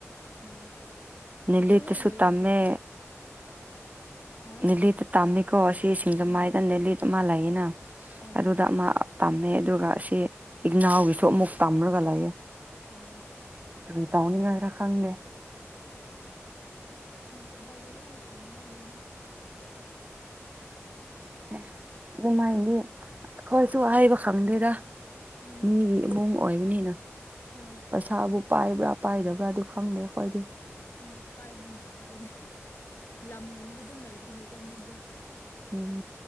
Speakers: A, on the left; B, on the right.
A: ꯑꯣ
B: ꯅꯂꯇꯁꯨ
A: ꯑꯗꯨ ꯍꯦꯛ ꯂꯣꯏꯔꯒ
B: ꯇꯃꯦ
A: ꯍꯥ
B: ꯅꯤꯂꯤꯠꯇ ꯇꯝꯃꯤꯀꯣ ꯑꯁꯤ ꯁꯤꯡꯖꯃꯥꯏꯗ
A: ꯎꯝ
B: ꯅꯤꯂꯤꯠ ꯑꯃ ꯂꯩꯌꯦꯅ
A: ꯑꯣ
B: ꯑꯗꯨꯗ ꯑꯃ ꯇꯝꯃꯦ ꯑꯗꯨꯒ ꯑꯁꯤ ꯏꯛꯅꯥꯎꯒꯤꯁꯨ ꯑꯃꯨꯛ ꯇꯝꯔꯒ ꯂꯩꯌꯦꯦ
A: ꯑꯣ
B: ꯀ ꯇꯧꯅꯤꯡꯉꯥꯏꯔ ꯈꯪꯗꯦ
A: ꯊꯝꯄꯥꯎꯗ ꯂ ꯑꯅ ꯐꯣꯟꯗꯧꯃꯗ
B: ꯑꯦ ꯑꯗꯨꯃꯥꯏꯅꯗꯤ ꯑꯩꯈꯣꯏꯁꯨ ꯍꯩꯕ ꯈꯪꯗꯦꯗ
A: ꯎꯝ
B: ꯃꯤꯒꯤ ꯏꯃꯨꯡ ꯑꯣꯏꯕꯅꯤꯅ
A: ꯍꯣꯏ
B: ꯄꯩꯁꯥꯕꯨ ꯄꯥꯏꯕ꯭ꯔꯥ ꯄꯥꯏꯗꯕ꯭ꯔꯥ ꯑꯗꯨ ꯈꯪꯗꯦ ꯑꯩꯈꯣꯏꯗꯤ
A: ꯪ ꯄꯥꯏꯕ ꯃꯥꯜꯂꯣ ꯑꯩꯗꯤ ꯂꯝꯒꯨꯝꯕꯗꯤ ꯑꯗꯨꯝ ꯂꯩꯕꯒꯤꯀꯣ ꯃꯣꯏꯗꯣ
B: ꯎꯝ